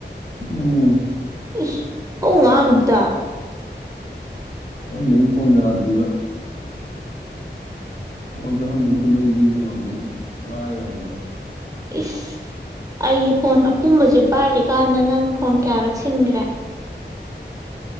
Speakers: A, on the left; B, on the right.
A: ꯎꯝ
B: ꯏ ꯍ ꯉꯗ
A: ꯍꯗ ꯐꯣꯟꯣꯟꯇ꯭ꯔꯤꯔꯤꯕ ꯑꯣ ꯑꯍꯟꯃꯛꯇ ꯂꯩ ꯌꯦꯕ ꯉꯝꯖꯗ꯭ꯔꯦ ꯂꯥꯏꯔ ꯑꯗꯨꯅ
B: ꯏꯁ ꯑꯩꯒꯤ ꯐꯣꯟ ꯑꯄꯨꯝꯕꯁꯦ ꯄꯥꯏꯔꯦ ꯀꯥꯟꯗ ꯅꯪ ꯐꯣꯟ ꯀꯌꯥꯔꯛ ꯁꯤꯟꯈ꯭ꯔꯦ